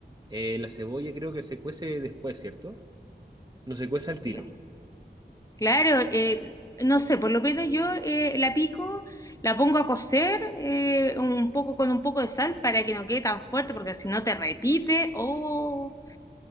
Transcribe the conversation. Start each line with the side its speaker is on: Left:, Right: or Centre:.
Right: eh, la cebolla creo que se cuece después, ¿cierto? No se cuece al tiro.
Left: Cla- Claro, eh, no sé, por lo menos yo eh, la pico, la pongo a cocer eh, un poco con un poco de sal para que no quede tan fuerte, porque si no te repite. Oh,